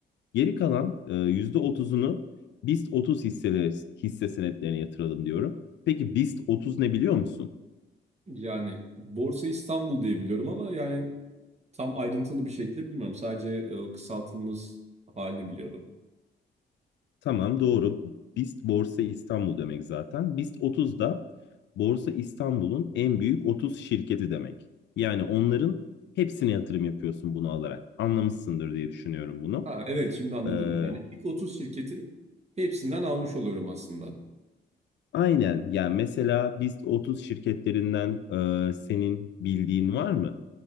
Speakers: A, on the left; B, on the right.
A: Geri kalan e, %30'unu BIST 30 hisseleri, hisse senetlerine yatıralım diyorum. Peki BIST 30 ne biliyor musun?
B: Yani Borsa İstanbul diye biliyorum ama yani tam ayrıntılı bir şekilde bilmiyorum. Sadece e, kısaltılmış halini biliyorum.
A: Tamam doğru. BIST Borsa İstanbul demek zaten. BIST 30 da Borsa İstanbul'un en büyük 30 şirketi demek. Yani onların hepsine yatırım yapıyorsun bunu alarak. Anlamışsındır diye düşünüyorum bunu.
B: Ha, evet şimdi anladım.
A: Ee,
B: Yani ilk 30 şirketin hepsinden almış oluyorum aslında.
A: aynen. Yani mesela BIST 30 şirketlerinden e, senin bildiğin var mı?